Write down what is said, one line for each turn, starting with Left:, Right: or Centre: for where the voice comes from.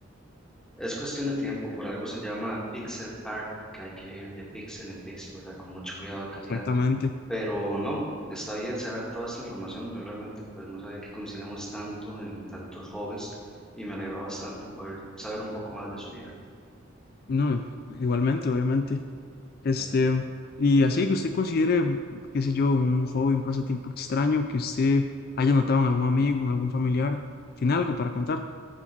Centre: es cuestión de tiempo, por algo se llama pixel art, que hay que ir de pixel en pixel, ¿verdad? Con mucho cuidado y calidad,
Left: exactamente.
Centre: pero no, está bien saber toda esta información, yo realmente pues no sabía que coincidíamos tanto en tantos hobbies y me alegró bastante poder saber un poco más de su vida.
Left: No, igualmente, obviamente. Este,
Centre: Eh,
Left: y así que usted considere, qué sé yo, un hobby, un pasatiempo extraño que usted haya notado en algún amigo, en algún familiar, tiene algo para contar,